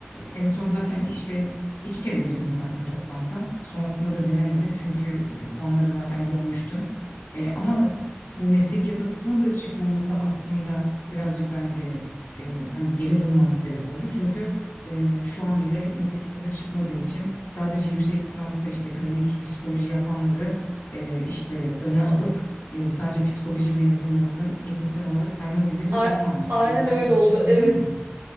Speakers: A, on the left; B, on the right.
A: en son zaten işte iki kere girdim zaten toplamda. Sonrasında da denemedim çünkü e, puanları zaten görmüştüm. E, ama bu meslek yasasının da çıkmaması aslında birazcık bende e, hani geri durmamın sebep oldu. Çünkü e, şu an bile meslek yasası çıkmadığı için sadece yüksek lisansta işte klinik psikoloji yapanları e, işte öne alıp e, sadece psikoloji mezunlarını teknisyen olarak sayma gibi bir
B: A-
A: durum varmış.
B: aynen
A: Yani sen
B: öyle
A: bir
B: oldu.
A: şey duydun
B: Evet.
A: mu?